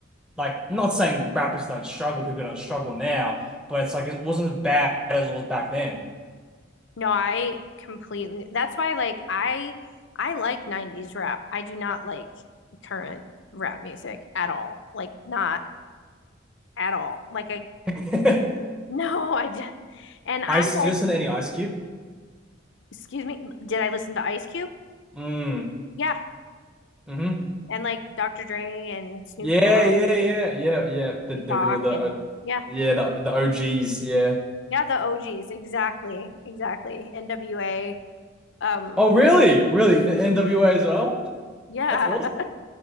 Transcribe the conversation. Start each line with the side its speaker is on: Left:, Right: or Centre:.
Centre: like not saying rappers don't struggle, people don't struggle now, but it's like it wasn't as bad as it was back then.
Left: No, I completely. That's why, like, I I like 90s rap. I do not like current rap music at all. Like, not at all. Like, I
Centre: <laughs>
Left: <laughs> no, I just and I
Centre: Ice
Left: like.
Centre: Steelson, any Ice Cube?
Left: Excuse me. Did I listen to Ice Cube?
Centre: Mm.
Left: Yeah,
Centre: Mm-hmm.
Left: and like Dr. Dre and Snoop
Centre: Yeah,
Left: Dogg,
Centre: yeah, yeah, yeah, yeah. The
Left: and
Centre: the
Left: Tupac,
Centre: real the
Left: and
Centre: uh,
Left: yeah,
Centre: yeah the the OGs. Yeah.
Left: yeah, the OGs. Exactly, exactly. NWA. Um,
Centre: Oh, really? Really? The NWA as well?
Left: yeah,
Centre: That's awesome.